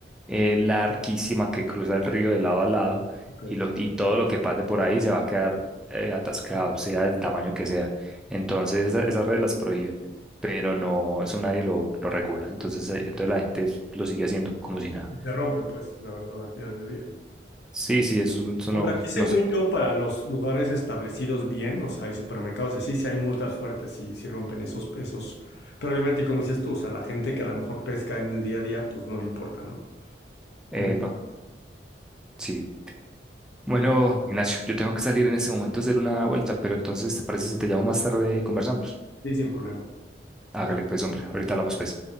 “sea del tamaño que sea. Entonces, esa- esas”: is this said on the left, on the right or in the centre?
Centre